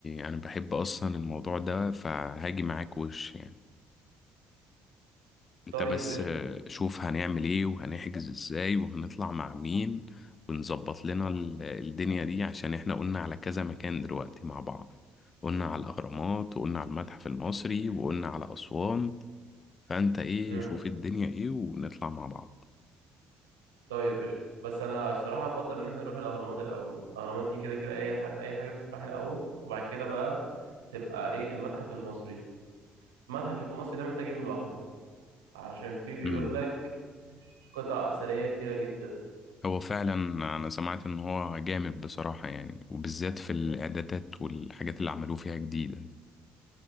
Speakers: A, on the left; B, on the right.
A: أنا بحب أصلا الموضوع ده فهاجي معاك وش يعني أنت
B: طيب
A: بس
B: قشطة
A: آه، شوف هنعمل إيه وهنحجز إزاي وهنطلع مع مين ونظبط لنا ال- الدنيا دي عشان إحنا قلنا على كذا مكان دلوقتي مع بعض قلنا على الأهرامات وقلنا على المتحف المصري وقلنا على أسوان فأنت إيه
B: امم
A: شوف الدنيا إيه ونطلع مع بعض
B: طيب قشطة بس انا الصراحة افضل ان احنا نروح الاهرامات الاول الاهرامات دي كده كده اي ح... اي حاجة بتطرح الاول وبعد كده بقى تبقى ايه المتحف المصري المتحف المصري ده محتاج يوم لوحده عشان فيه بيقول
A: امم
B: لك قطع اثرية كتيرة جدا
A: هو فعلا انا سمعت ان هو جامد بصراحة يعني وبالذات في الاعدادات والحاجات اللي عملوه فيها جديدة دي.